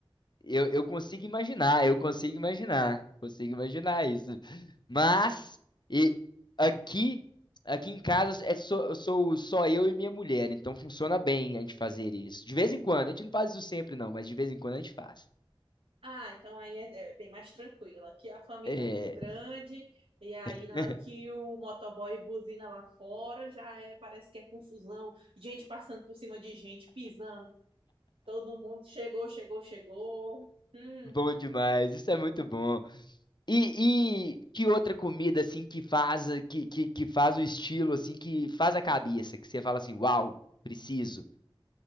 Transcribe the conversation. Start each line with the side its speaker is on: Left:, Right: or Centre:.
Left: eu, eu consigo imaginar, eu consigo imaginar, consigo imaginar isso. Mas e aqui, aqui em casa é só, sou só eu e minha mulher, então funciona bem a gente fazer isso. De vez em quando, a gente não faz isso sempre não, mas de vez em quando a gente faz.
Right: Ah, então aí é é bem mais tranquilo. Aqui a família
Left: É,
Right: é muito grande, e aí
Left: <laughs>
Right: na hora que o motoboy buzina lá fora, já é, parece que é confusão, gente passando por cima de gente, pisando, todo mundo chegou, chegou, chegou. Hum,
Left: bom demais, isso é muito bom. E, e que outra comida assim que faz que, que, que faz o estilo assim que faz a cabeça, que você fala assim, uau, preciso.